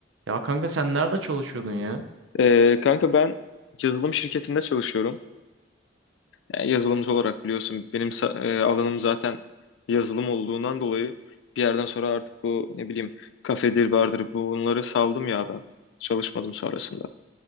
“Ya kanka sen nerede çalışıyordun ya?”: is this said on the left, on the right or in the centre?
Right